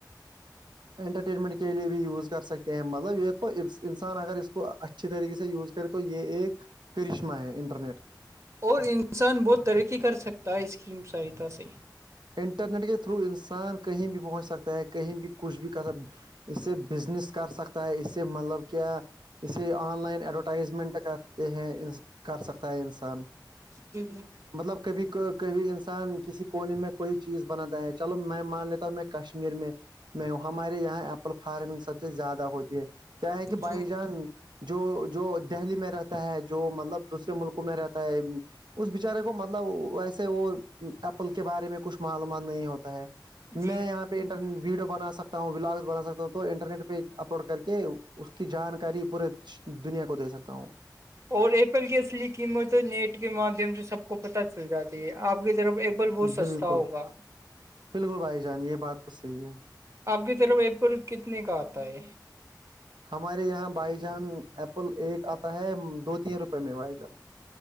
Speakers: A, on the right; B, on the right.
A: انٹرٹینمنٹ کے لیے بھی یوز کر سکتے ہیں مطلب یہ انسان اگر اس کو اچھی طریقے سے یوز کرے تو یہ ایک کرشمہ ہے انٹرنیٹ کا
B: اور انسان بہت ترقی کر سکتا ہے اس کی سہایتا سے
A: انٹرنیٹ کے تھرو انسان کہیں بھی پہنچ سکتا ہے کہیں بھی کچھ بھی کا اسے بزنس کر سکتا ہے اسے مطلب کیا اسے آن لائن ایڈورٹائزمنٹ کرتے ہیں کر سکتا ہے انسان
B: جی <unintelligible>
A: مطلب کبھی کبھی انسان کسی کونے میں کوئی چیز بناتا ہے چلو میں مان لیتا ہوں میں کشمیر میں میں ہ ہمارے یہاں ایپل فارمنگ سب سے زیادہ ہوتی ہے کیا ہے کہ
B: جی
A: بھائی جان جو جو دہلی میں رہتا ہے جو مطلب دوسرے ملکوں میں رہتا ہے اس بچارے کو مطلب ویسے وہ ایپل کے بارے میں کچھ معلومان نہیں ہوتا ہے
B: جی
A: میں یہاں پہ انٹرنی ویڈیو بنا سکتا ہوں بلاگس بنا سکتا ہوں تو انٹرنیٹ پہ اپلوڈ کر کے اس کی جانکاری پورے دنیا کو دے سکتا ہوں <unintelligible>
B: اور ایپل کی اصلی قیمت نیٹ کے مادھیم سے سب کو پتہ چل جاتی ہے آپ کی طرف ایپل بہت سستا
A: بالکل
B: ہوگا
A: بالکل بھائی جان یہ بات تو صحیح ہے
B: آپ کی طرف ایپل کتنے کا آتا ہے
A: ہمارے یہاں بائی جان ایپل ایک آتا ہے دو تین روپے میں بائی جان